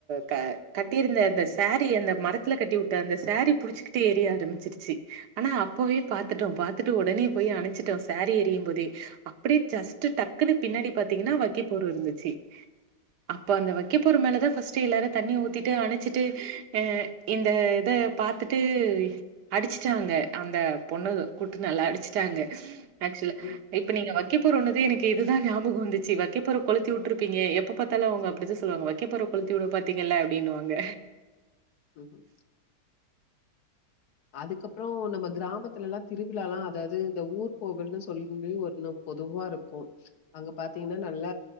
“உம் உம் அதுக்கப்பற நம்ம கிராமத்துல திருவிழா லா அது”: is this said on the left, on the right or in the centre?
Left